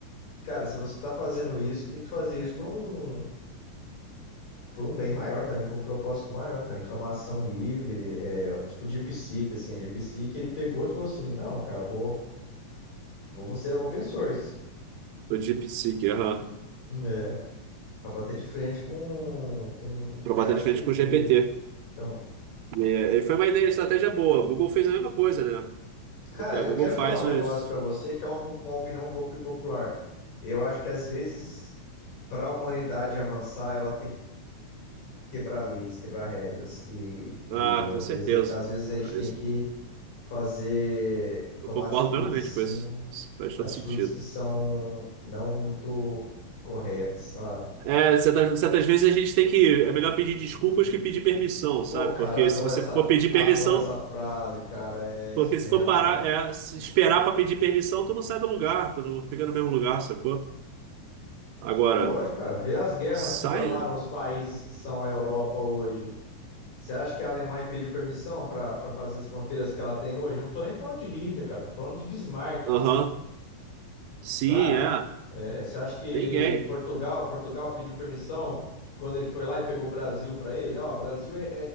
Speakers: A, on the left (about 85°); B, on the right (about 75°).
A: cara, se você tá fazendo isso, você tem que fazer isso por um, por um bem maior também, por um propósito maior, cara. Informação livre, ele- é, tipo DeepSeek, assim, a DeepSeek, ele pegou e falou assim, não, cara, vou, vamos ser open source.
B: O DeepSeek, aham.
A: É. Pra bater de frente com, com
B: Para
A: o chat
B: bater de
A: GPT
B: frente com o GPT.
A: aí. Então,
B: E, é, e foi uma ideia, estratégia boa. A Google fez a mesma coisa, né?
A: cara,
B: Porque a
A: eu
B: Google
A: quero
B: faz
A: falar um negócio
B: os.
A: pra você que é uma, po- uma opinião um pouco impopular. Eu acho que às vezes, para a humanidade avançar, ela tem que quebrar leis, quebrar regras. E, e
B: Ah,
A: às
B: com certeza.
A: vezes, às vezes a gente
B: Ah,
A: tem
B: isso-
A: que fazer,
B: Eu
A: tomar
B: concordo
A: atitudes
B: plenamente
A: assim,
B: com isso. Isso faz
A: atitudes
B: todo sentido.
A: que são não muito corretas, sabe?
B: É, certas, certas vezes a gente tem que. É melhor pedir desculpas que pedir permissão,
A: Pô,
B: sabe?
A: cara,
B: Porque
A: adoro
B: se você
A: essa,
B: for pedir
A: adoro
B: permissão,
A: essa frase, cara. É isso
B: porque
A: mesmo,
B: se for parar,
A: cara.
B: é, se esperar pra pedir permissão, tu não sai do lugar, tu não fica no mesmo lugar, sacou? Agora,
A: É lógico, cara. Vê as guerras
B: sai.
A: que formaram os países que são a Europa hoje. Você acha que a Alemanha pediu permissão para para fazer as fronteiras que ela tem hoje? Eu não tô nem falando de Hitler, cara. Tô falando de Bismarck,
B: Aham. Sim,
A: sabe?
B: é.
A: É, você acha que
B: Ninguém.
A: Portugal, Portugal pediu permissão quando ele foi lá e pegou o Brasil para ele? Ó, Brasil é,